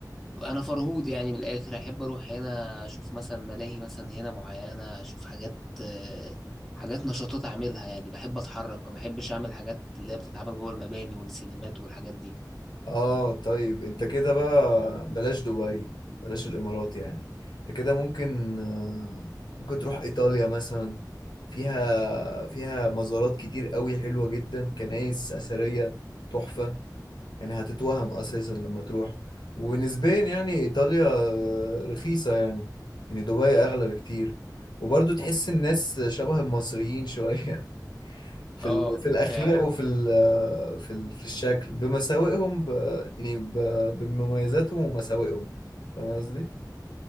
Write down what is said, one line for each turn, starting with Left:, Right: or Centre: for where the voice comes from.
Centre: أنا فرهود يعني بالآخر أحب أروح هنا أشوف مثلا ملاهي مثلا هنا معينة أشوف حاجات آه، حاجات نشاطات أعملها يعني بحب أتحرك ما بحبش أعمل حاجات اللي هي بتتعمل جوه المباني والسينمات والحاجات دي
Left: اه طيب انت كده بقى بلاش دبي بلاش الامارات يعني انت كده ممكن آه، ممكن تروح ايطاليا مثلا فيها فيها مزارات كتير قوي حلوة جدا كنائس اثرية تحفة يعني هتتوهم اساسا لما تروح ونسبيا يعني ايطاليا آه، رخيصة يعني يعني دبي اغلى بكتير وبرضه تحس الناس شبه المصريين شوية <laughs> في
Centre: آه
Left: ال- في الاخلاق
Centre: فعلا
Left: وفي ال في ال في الشكل بمساوئهم ب يعني ب بمميزاتهم ومساوئهم فاهم قصدي؟